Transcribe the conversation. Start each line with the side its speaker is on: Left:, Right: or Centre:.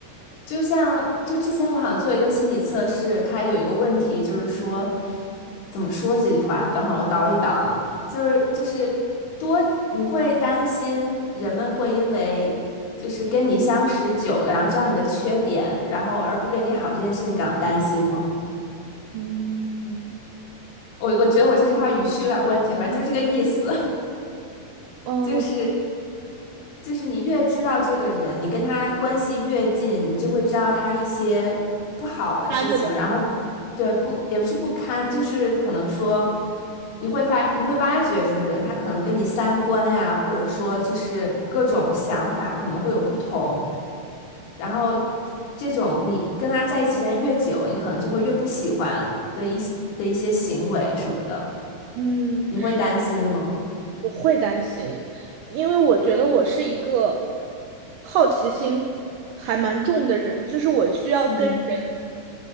Left: 就像就之前我好像做一个心理测试，它有一个问题就是说，怎么说这句话？等会儿我倒一倒啊，就是就是多你会担心人们会因为就是跟你相识久了，然后知道你的缺点，然后而不跟你好这件事情感到担心吗？
Right: 嗯
Left: 我我觉得我这句话语序有点问题，反正就是这个意思。
Right: 嗯，
Left: 就是
Right: 我觉得
Left: 就是你越知道这个人，你跟他关系越近，你就会知道他一些不好的事情，
Right: 担的东西，
Left: 然后你对不也不是不堪，就是可能说你会发你会挖掘这个人，他可能跟你三观呀，或者说就是各种想法可能会有不同，然后这种你跟他在一起时间越久，你可能就会越不喜欢的一些的一些行为什么的，
Right: 嗯，
Left: 你会担心吗？
Right: 是我会担心，因为我觉得我是一个好奇心还蛮重的人，就是我需要跟。
Left: 嗯
Right: 人。